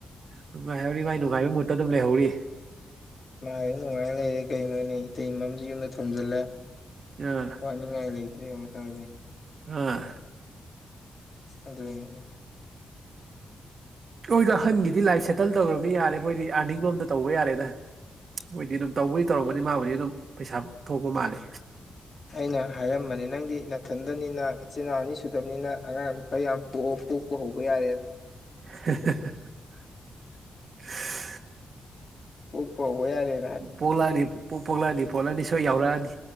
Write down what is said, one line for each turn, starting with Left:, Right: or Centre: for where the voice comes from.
Right: ꯅꯨꯡꯉꯥꯏꯍꯧꯔꯤ ꯃꯥꯏ ꯅꯨꯡꯉꯥꯏꯕ ꯃꯨꯠꯇ ꯑꯗꯨ ꯂꯩꯍꯧꯔꯤꯌꯦ꯫
Left: ꯃꯥꯗꯤ ꯅꯨꯡꯉꯥꯏꯅ ꯂꯩꯔꯦ ꯀꯩꯅꯣꯅꯦ ꯏꯇꯩꯃꯝꯁꯨ ꯌꯨꯝꯗ ꯊꯥꯝꯖꯤꯜꯂꯦ꯫
Right: ꯑꯥ
Left: ꯋꯥꯅꯤꯡꯉꯥꯏ ꯂꯩꯇ꯭ꯔꯦ ꯃꯁꯥꯗꯤ꯫
Right: ꯑꯥ꯫
Left: ꯑꯗꯨꯒꯤꯅꯦꯗ꯫
Right: ꯑꯣꯏ ꯑꯍꯟꯒꯤꯗꯤ ꯂꯥꯏꯐꯁ ꯁꯦꯇꯜ ꯇꯧꯔꯕꯅꯤ ꯌꯥꯔꯦ ꯃꯣꯏꯗꯤ ꯑꯥꯔꯅꯤꯡ ꯂꯣꯝꯗ ꯇꯧꯕ ꯌꯥꯔꯦꯗ꯫ ꯃꯣꯏꯗꯤ ꯑꯗꯨꯝ ꯇꯧꯕꯗꯤ ꯇꯧꯔꯝꯝꯕꯅꯤ ꯃꯥꯕꯨꯗꯤ ꯑꯗꯨꯝ ꯄꯩꯁꯥ ꯊꯣꯛꯄ ꯃꯥꯜꯂꯦ꯫
Left: ꯑꯩꯅ ꯍꯥꯏꯔꯝꯕꯅꯦ ꯅꯪꯗꯤ ꯅꯥꯊꯟꯗꯅꯤꯅ ꯅꯆꯤꯟꯜ ꯏꯅꯥꯎ ꯑꯅꯤ ꯁꯨꯗꯕꯅꯤꯅ ꯑꯉꯥꯡ ꯈꯔ ꯌꯥꯝ ꯄꯣꯛꯎ ꯄꯣꯛꯄ ꯍꯧꯕ ꯌꯥꯔꯦꯅ꯫
Right: <unintelligible>
Left: ꯄꯣꯛꯄ ꯍꯧꯕ ꯌꯔꯦ꯫
Right: ꯄꯣꯛꯂꯛꯑꯅꯤ ꯄꯣꯛꯂꯛꯑꯅꯤ ꯄꯣꯛꯂꯛꯅꯤ ꯁꯣꯏ ꯌꯥꯎꯔꯛꯑꯅꯤ꯫